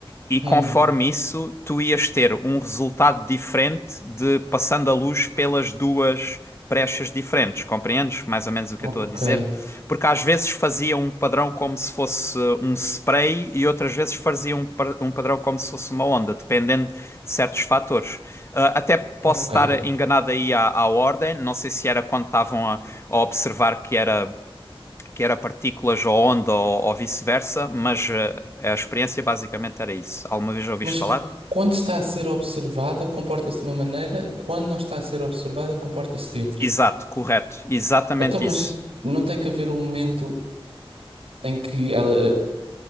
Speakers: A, on the left; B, on the right.
A: E conforme
B: hum,
A: isso, tu ias ter um resultado diferente de passando a luz pelas duas brechas diferentes. Compreendes mais ou menos o
B: ok,
A: que eu estou a dizer? Porque às vezes fazia um padrão como se fosse um spray e outras vezes fazia um, par- um padrão como se fosse uma onda, dependendo de certos fatores. Ah, até posso
B: ok.
A: estar enganado aí à, à ordem, não sei se era quando estavam a a observar que era que era partículas ou onda ou, ou vice-versa, mas eh, a experiência basicamente era isso. Alguma vez ouviste
B: Mas
A: falar?
B: quando está a ser observada, comporta-se de uma maneira, quando não está a ser observada, comporta-se de outra.
A: Exato, correto, exatamente
B: Então, mas
A: isso.
B: não tem que haver um momento em que ela. eh,